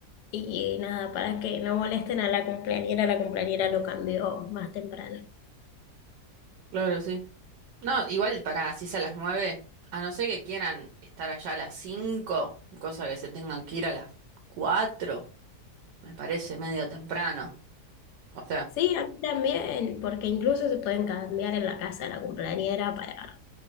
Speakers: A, on the left; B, on the right.
A: Y nada, para que no molesten a la cumpleañera, la cumpleañera lo cambió más temprano.
B: Claro, sí. No, igual para, si es a las nueve, a no ser que quieran estar allá a las cinco, cosa que se tengan que ir a las cuatro, me parece medio temprano. O sea,
A: Sí, a mí también, porque incluso se pueden cambiar en la casa de la cumpleañera para